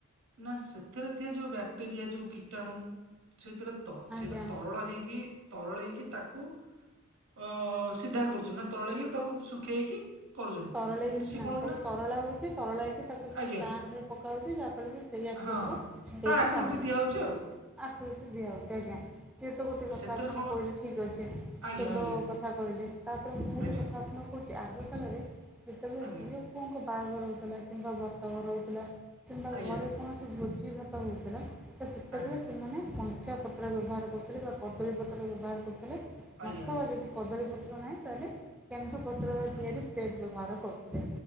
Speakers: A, on the right; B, in the centre.
A: ନା ସେଥିରେ ଥିବା ଯେଉଁ ବ୍ୟାକ୍ଟେରିଆ, ଯେଉଁ କୀଟାଣୁ, ସେଥିରେ ତ
B: ଆଜ୍ଞା
A: ସେଇଟା ତରଳ ହେଇକି ତରଳେଇକି ତାକୁ ଅ-ଅ-ଅ-ଅ ସିଧା କରୁଛନ୍ତି, ନା ତରଳେଇକି ତାକୁ ଶୁଖେଇକି କରୁଛନ୍ତି
B: ତରଳେଇ
A: କିନ୍ତୁ
B: କି
A: ସିଏ
B: ନାହିଁ
A: କଣ ହେଉଛି
B: ତାକୁ
A: ନା
B: ତରଳା ହେଉଛି ତରଳା ହୋଇଇକି ତାକୁ ସେ
A: ଆଜ୍ଞା
B: ଷ୍ଟାଣ୍ଡରେ ପକା ହେଉଛି। ଯାହାଫଳରେ ସେ ସେ ଆକୃତିର
A: ହଁ ତା
B: ହେଇକି
A: ଆକୃତି
B: ବାହାରୁଛି।
A: ଦିଆହେଉଛି ଆଉ।
B: ଆକୃତି ଦିଆହେଉଛି ଆଜ୍ଞା। ସିଏ ତ ଗୋଟେ କଥା
A: ସେଥିରେ
B: ଆପଣ
A: କଣ
B: କହିଲେ ଠିକ୍ ଅଛି।
A: ଆଜ୍ଞା
B: ସୋଲୋ
A: ଆଜ୍ଞା
B: କଥା କହିଲେ। ତାପରେ ମୁଁ ଗୋଟେ
A: ଆଜ୍ଞା
B: କଥା ଆପଣଙ୍କୁ କଉଛି ଆଗକାଳରେ ଯେତେବେଳେ
A: ଆଜ୍ଞା
B: ଝିଅ ପୁଅଙ୍କ ବାହାଘର ହେଉଥିଲା କିମ୍ବା ବ୍ରତ ଘର ହେଉଥିଲା କିମ୍ବା
A: ଆଜ୍ଞା।
B: ଘରେ କୌଣସି ଭୋଜି ଭାତ ହେଉଥିଲା ତ ସେତେବେଳେ
A: ଆଜ୍ଞା
B: ସେମାନେ କଞ୍ଚା ପତ୍ର ବ୍ୟବହାରୁ କରୁଥିଲେ, କଦଳୀ ପତ୍ର ବ୍ୟବହାର କରୁଥିଲେ
A: ଆଜ୍ଞା
B: ନଥିବା ଯଦି କଦଳୀପତ୍ର ନାହିଁ, ତାହେଲେ କେନ୍ଦୁପତ୍ରରେ ତିଆରି
A: ଆଜ୍ଞା
B: ପ୍ଲେଟ୍ ବ୍ୟବହାର କରୁଥିଲେ।